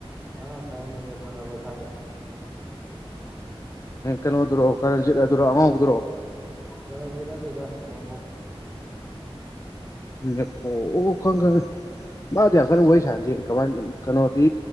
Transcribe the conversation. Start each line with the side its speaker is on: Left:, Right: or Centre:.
Centre: ꯑꯥꯉꯥꯡ ꯈꯔꯅꯤꯅꯦ ꯊꯪꯅꯕ ꯁ꯭ꯋꯥꯏꯗ <unintelligible>
Left: ꯀꯩꯅꯣꯗꯨꯔꯣ ꯀꯔꯟꯖꯤꯠ ꯑꯗꯨꯔꯣ ꯑꯉꯥꯎꯕꯗꯨꯔꯣ꯫
Centre: ꯀꯅꯥꯖꯤꯠ ꯅꯥꯠꯇꯦꯗ ꯅꯦ
Left: ꯅꯦꯞꯄꯣ ꯈꯪ ꯈꯪꯉꯦ ꯃꯥꯗꯤ ꯌꯥꯝ ꯀꯟꯅ ꯋꯥꯔꯤ ꯁꯥꯟꯅꯗꯦ ꯀꯃꯥꯏꯅ ꯀꯩꯅꯣꯗꯤ